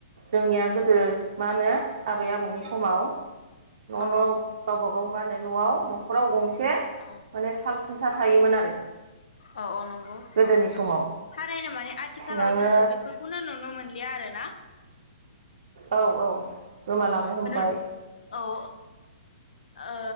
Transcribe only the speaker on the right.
जोंनिया गोदो मा होनो आबै आबौनि समाव न'
न' गावबाागाव मा होनो न'आव न'खराव गंसे
माने साल खुन्था थायोमोन आरो
गोदोनि
समाव
नोङो
औ औ गोमालांनो
हमबाय।